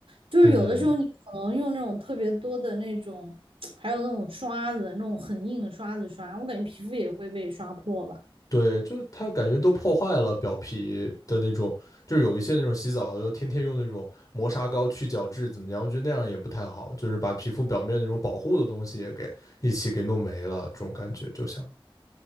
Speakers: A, on the right (about 75°); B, on the left (about 40°).
A: 就是有的时候你可能用那种特别多的那种，
B: 嗯。
A: <tsk> 还有那种刷子，那种很硬的刷子刷，我感觉皮肤也会被刷破吧。
B: 对，就是它感觉都破坏了表皮的那种，就是有一些那种洗澡的，天天用那种磨砂膏去角质怎么样？我觉得那样也不太好，就是把皮肤表面那种保护的东西也给一起给弄没了，这种感觉就像，